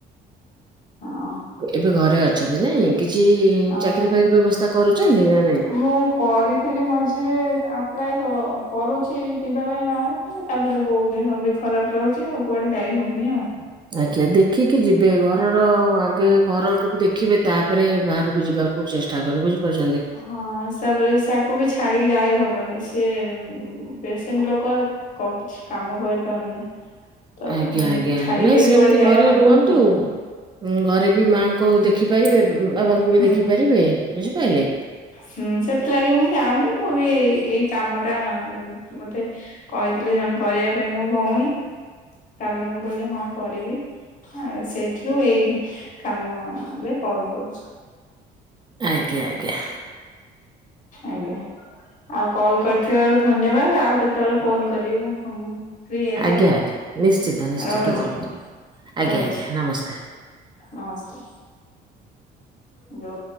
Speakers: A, on the left (about 50°); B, on the right (about 25°).
A: ହଁ।
B: ଏବେ ଘରେ ଅଛନ୍ତି ନାଇଁ କିଛି
A: ହଁ
B: ଚାକିରି ଫାକିରି ବ୍ୟବସ୍ଥା କରୁଛନ୍ତି ନା ନାଇଁ?
A: ମୁଁ କରି ଥିଲି ମଝିରେ ଆପ୍ଲାଏ କ କରୁଚି ଯିବା ପାଇଁ ବାହାରକୁ ତାପରେ ବୋଉ ଦେହ ବି ଖରାପ୍ ରହୁଛି ଆଉ କୁଆଡ଼େ ଯାଇ ହଉନି ଆଉ
B: ଆଜ୍ଞା ଦେ ଖିକି ଯିବେ ଘରର ଆଗେ ଘରଟୁକୁ ଦେଖିବେ ତାପରେ ବାହାରକୁ ଯିବାକୁ ଚେଷ୍ ତାପରେ ବୁଝିପାରୁଛନ୍ତି।
A: ହଁ ସାବରେ ସାକୁବି ଛାଡ଼ିକି ଯାଇ ହବନି ସିଏ ଉଁ ପେସେଣ୍ଟ ଲୋକ କ କିଛି କାମ କରିପାରୁନି। ତ
B: ଆଜ୍ଞା ଆଜ୍ଞା
A: ଛାଡିକି
B: ନାଇଁ
A: ବି
B: ସେମିତି
A: କୁଆଡେ
B: ଘରେ
A: ଯାଇ ହବନି
B: ରୁହନ୍ତୁ।
A: ଆଉ
B: ଉଁ ଘରେବି ମାଆଙ୍କୁ ଦେଖି ପାରିବେ ଉଁ ବାବାଙ୍କୁବି
A: ହୁଁ
B: ଦେଖି ପାରିବେ ବୁଝିପାଇଲେ?
A: ହୁଁ ସେଥିଲାଗି ମୁଁ ଯାଉନି ମୁଁବି ଏଇ କାମଟା ମତେ କହିଥିଲି ଜଣେ କରିବା ପାଇଁ ମୋ ଭଉଣୀ ତାପରେ ମୁଁ କହିଲି ହଁ କରିବି। ହଁ ସେଇଥିଲୁ ଏଇ କାମରେ କଲ୍ କରୁଚି।
B: ଆଜ୍ଞା ଆଜ୍ଞା।
A: ଆଜ୍ଞା। ଆଉ କଲ୍ କରିଥିବାରୁ ଧନ୍ୟବାଦ ଆଉ କେତେବେଳେ ଫୋନ୍ କରିବି ମୁଁ ଫ୍ରି ହେଲେ
B: ଆଜ୍ଞା
A: ଆଉ
B: ଆଜ୍ଞା ନିଶ୍ଚିନ୍ତ ନିଶ୍ଚିନ୍ତ
A: ରହୁଛି
B: କଲ୍ କରିବି ଆଜ୍ଞା
A: ରହୁଛି।
B: ଆଜ୍ଞା ନମସ୍କାର।
A: ନମସ୍କାର। ଯୋଉ